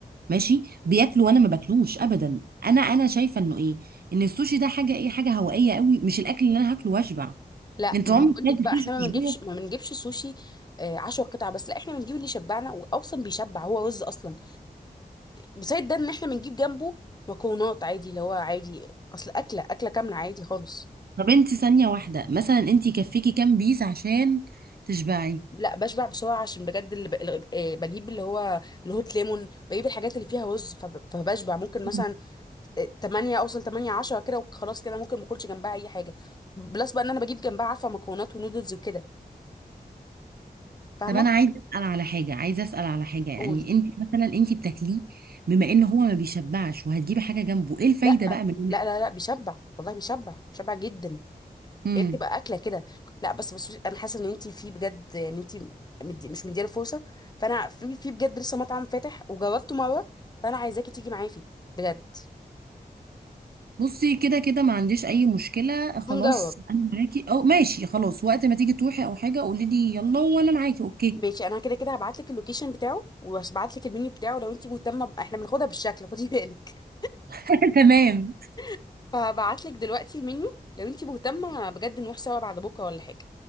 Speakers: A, on the right; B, on the left.
A: ماشي بياكلوا وانا ما باكلوش ابدا انا انا شايفه انه ايه ان السوشي ده حاجه ايه حاجه هوائيه قوي مش الاكل اللي انا هاكله واشبع
B: لا
A: انت
B: ما
A: عمرك
B: هو اقول
A: كلت
B: لك بقى
A: سوشي
B: احنا ما
A: وشبعت
B: بنجيبش ما بنجيبش سوشي آه، عشرة قطع بس لا احنا بنجيب اللي يشبعنا واصلا بيشبع هو رز اصلا بزائد ده ان احنا بنجيب جنبه مكرونات عادي اللي هو عادي اصل اكله اكله كامله عادي خالص
A: طب انت ثانيه واحده مثلا انت يكفيكي كام بيس عشان تشبعي
B: لا بشبع بسرعه عشان بجد اللي ب... اللي- آه، بجيب اللي هو الهوت ليمون بجيب الحاجات اللي فيها رز فب... فبشبع ممكن مثلا
A: مم.
B: آه، 8 اوصل 8 10 كده وخلاص كده ممكن ما اكلش جنبها اي حاجه بلس بقى ان انا بجيب جنبها عارفه مكرونات ونودلز وكده فاهمه
A: طب انا عايزه اسال على حاجه عايزه اسال على حاجه يعني
B: قولي
A: انت مثلا انت بتاكليه بما ان هو ما بيشبعش وهتجيبي حاجه جنبه ايه الفايده
B: لا
A: بقى من
B: لا لا لا بيشبع والله بيشبع بيشبع جدا
A: انك
B: هي بتبقى اكله كده لا بس بس انا حاسه ان انت في بجد ان انت مدي مش مديله فرصه فانا في في بجد لسه مطعم فاتح وجربته مره فانا عايزاكي تيجي معايا فيه بجد
A: بصي كده كده ما عنديش اي مشكله خلاص
B: هنجرب
A: انا معاكي او ماشي خلاص وقت ما تيجي تروحي او حاجه قولي لي يلا وانا معاكي اوكي
B: ماشي انا كده كده هبعت لك اللوكيشن بتاعه وهبعت لك المنيو بتاعه لو انت مهتمه ب- احنا بناخدها بالشكل خدي بالك
A: <laughs> تمام
B: <laughs> فهبعت لك دلوقتي المنيو لو انت مهتمه بجد نروح سوا بعد بكره ولا حاجه